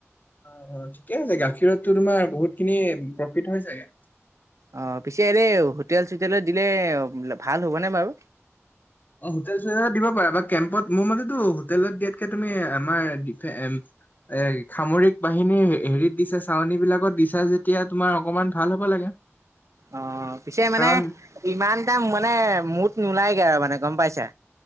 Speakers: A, on the left; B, on the right.
A: অ অ ঠিকে আছে গাখীৰতো তোমাৰ বহুতখিনি প্ৰফিট হয় চাগে।
B: অ পিছে এনে হোটেল চোটেলত দিলে ভাল হ'বনে বাৰু,
A: অ হোটেল চোটেল দিব পাৰা বা কেম্পত মোৰ মতেতো হোটেলত দিয়াতকে তুমি আমাৰ এ সামৰিক বাহিনীৰ হেৰিত দিছে চাউনী বিলাকত দিছা যেতিয়া তোমাৰ অকমান ভাল হ'ব লাগে
B: অ পিছে মানে
A: কাৰণ
B: ইমানটা মানে মুঠ নোলাইগে আৰু মানে গম পাইছা।